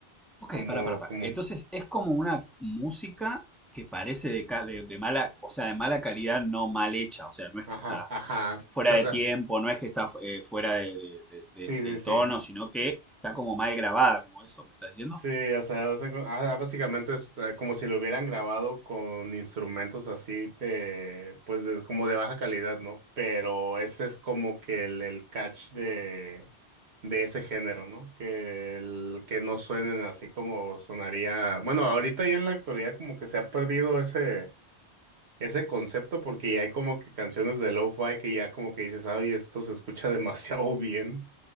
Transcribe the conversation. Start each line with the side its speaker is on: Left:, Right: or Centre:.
Centre: Ok,
Right: como,
Centre: para, para, para.
Right: como,
Centre: Entonces es como una música que parece de, ca- de, de mala, o sea, de mala calidad, no mal hecha. O sea, no es
Right: ajá,
Centre: que está
Right: ajá,
Centre: fuera
Right: sí, o
Centre: de
Right: sea,
Centre: tiempo, no es que está eh, fuera de, de- de- del-
Right: sí, sí,
Centre: del
Right: sí,
Centre: tono, sino que está como mal grabada, como eso, ¿me estás diciendo?
Right: sí, o sea, o sea, con- ajá, básicamente es eh, como si lo hubieran grabado con instrumentos así de, pues, de- como de baja calidad, ¿no? Pero ese es como que el, el catch de, de ese género, ¿no? Que, el, que no suenen así como sonaría, bueno, ahorita y en la actualidad como que se ha perdido ese... Ese concepto, porque ya hay como que canciones de lo-fi que ya como que dices, ay, esto se escucha <laughs> demasiado bien.